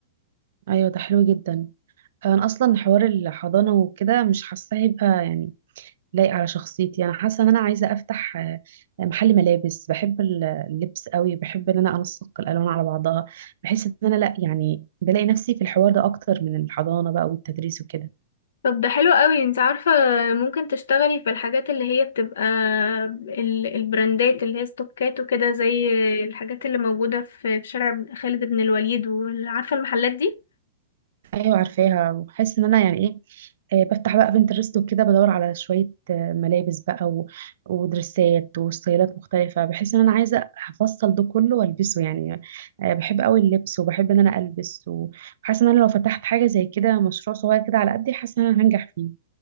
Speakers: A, on the right (about 60°); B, on the left (about 80°).
A: ايوه ده حلو جدا انا اصلا حوار الحضانه وكده مش حاسه هيبقى يعني لايق على شخصيتي انا حاسه ان انا عايزه افتح آه، محل ملابس بحب ال- اللبس قوي بحب ان انا انسق الالوان على بعضها بحس ان انا لا يعني بلاقي نفسي في الحوار ده اكتر من الحضانه بقى والتدريس وكده
B: طب ده حلو قوي انت عارفة ممكن تشتغلي في الحاجات اللي هي بتبقى ال- البراندات اللي هي ستوكات وكده زي الحاجات اللي موجودة في في شارع خالد بن الوليد وعارفة المحلات دي
A: ايوه عارفاها وبحس ان انا يعني ايه آه، بفتح بقى بنترست وكده بدور على شويه آه، ملابس بقى و... ودرسات وستايلات مختلفه بحس ان انا عايزه افصل ده كله والبسه يعني آه، بحب قوي اللبس وبحب ان انا البس وحاسه ان انا لو فتحت حاجه زي كده مشروع صغير كده على قدي حاسه ان انا هنجح فيه